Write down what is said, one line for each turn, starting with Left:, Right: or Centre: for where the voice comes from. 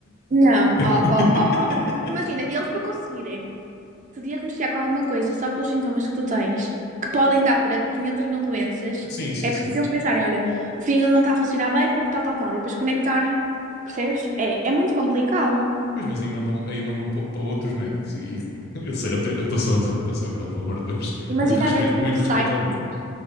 Right: Não, ó,
Left: <laughs>
Right: ó, ó, ó. Imagina, eles para conseguirem te diagnosticar com alguma coisa só pelos sintomas que tu tens, que podem dar para 500 mil doenças,
Left: Sim, sim,
Right: é preciso
Left: sim.
Right: eles pensarem: olha, o fígado não está a funcionar bem porque tal, tal, tal, e depois conectarem, percebes? É, é muito complicado.
Left: Pois, mas aí mandam, aí mandam para, para outros médicos. E, e- <laughs> eu sei, eu estou só a gozar, estou só a gozar, pelo amor de Deus.
Right: Imagina
Left: Muito respeito,
Right: haver tipo
Left: muito
Right: um site,
Left: respeito aos médicos.